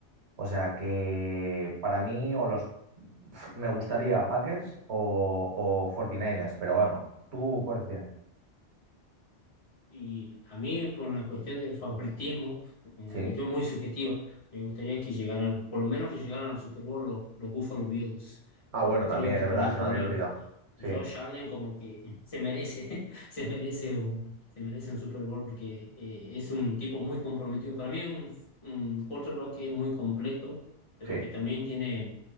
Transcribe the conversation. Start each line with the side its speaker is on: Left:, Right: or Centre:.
Right: o sea que para mí o los pf, me gustaría Packers o, o 49ers, pero bueno, ¿tú cuáles tienes?
Left: Y a mí, por una cuestión de favoritismo, una
Right: Sí.
Left: cuestión muy subjetiva, me gustaría que llegaran, por lo menos que llegaran al Super Bowl los, los Buffalo Bills.
Right: Ah,
Left: Como
Right: bueno,
Left: creo
Right: también,
Left: que
Right: es
Left: por
Right: verdad,
Left: ahí
Right: se
Left: podrían.
Right: me había olvidado. Sí,
Left: Josh Allen como que <laughs> se merece, <laughs> se merece un, se merece un Super Bowl porque eh, es un tipo muy comprometido. Para mí es un, un quarterback que es muy completo, pero
Right: sí,
Left: que también tiene